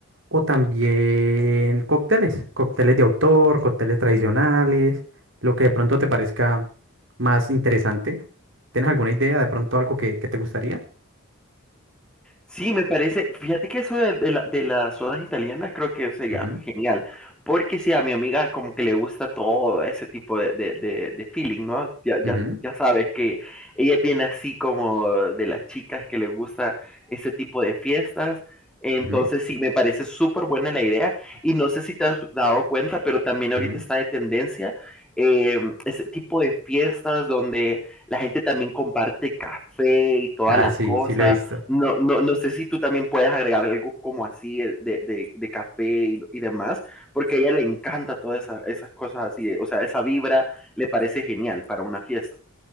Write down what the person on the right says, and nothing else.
o también cócteles, cócteles de autor, cócteles tradicionales, lo que de pronto te parezca más interesante. ¿Tienes alguna idea de pronto algo que, que te gustaría?
Ujú,
ujú,
ujú,
ujú.
Ah,
sí,
sí lo he visto.